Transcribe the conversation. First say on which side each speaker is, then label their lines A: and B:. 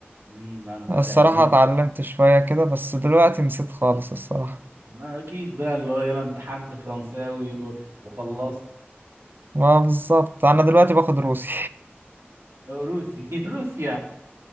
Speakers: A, on the right; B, on the right.
A: امم لا انا كنت
B: الصراحة
A: الماني
B: اتعلمت شوية كده بس دلوقتي نسيت خالص الصراحة
A: ما اكيد بقى اللي هو انا امتحنت فرنساوي و- وخلصت
B: ما بالظبط انا دلوقتي باخد روسي
A: روسي <laughs> روسيا